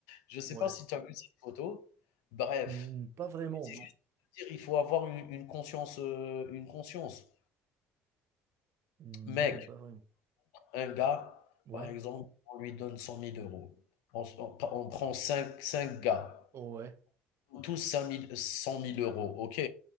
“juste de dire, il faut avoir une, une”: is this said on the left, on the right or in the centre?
Left